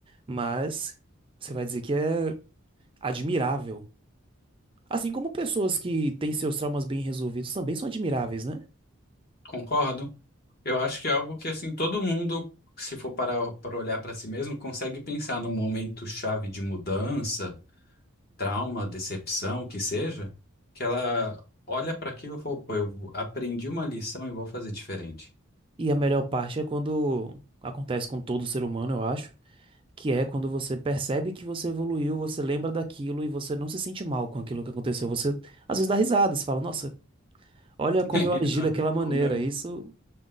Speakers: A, on the right (about 25°); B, on the left (about 45°).
A: mas você vai dizer que é admirável. Assim como pessoas que têm seus traumas bem resolvidos também são admiráveis, né?
B: Concordo? Eu acho que é algo que, assim, todo mundo, se for parar para olhar para si mesmo, consegue pensar num momento chave de mudança, trauma, decepção, o que seja, que ela olha para aquilo e fala, pô, eu aprendi uma lição e vou fazer diferente.
A: E a melhor parte é quando acontece com todo ser humano, eu acho, que é quando você percebe que você evoluiu, você lembra daquilo e você não se sente mal com aquilo que aconteceu. Você às vezes dá risada, você fala, nossa, olha
B: <laughs>
A: como eu agi
B: Aham,
A: daquela maneira.
B: Como eu-
A: Isso,